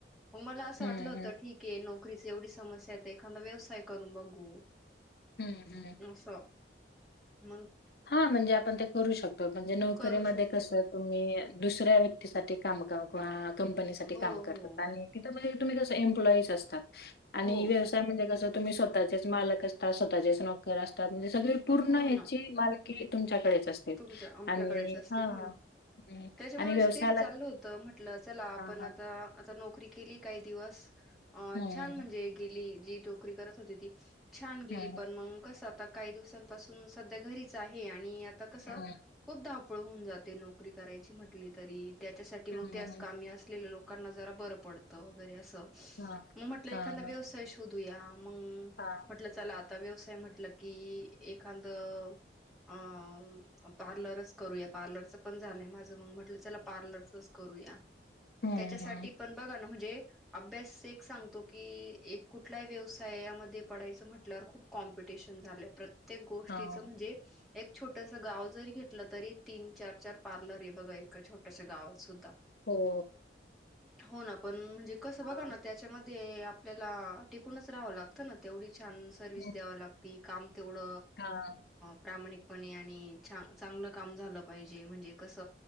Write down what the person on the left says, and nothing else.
हं,
हं.
हम हम
हा म्हणजे आपण ते करू शकतो म्हणजे नोकरी
मध्ये
कसं तुम्ही? दुसऱ्या व्यक्तीसाठी काम किंवा कंपनी साठी
काम करतात
आणि तिथं मंजे. तुम्ही जसं एम्प्लॉईस असतात. आणि
व्यवसाय म्हणजे कस. तुम्ही स्वतःचेच मालक असता स्वतःचेच नोकर असता. म्हजे सगळी पूर्ण
ह्याची
मालकीण की तुमच्याकडे असते.
आणि
हां,
हं.
आणि व्यवसायाला
हां, हां.
हं,
हं,
हं,
हं,
हं.
हां.
हां,
हां.
हां.
हं,
हं.
हां.
हो.
हां.
हं.
हां.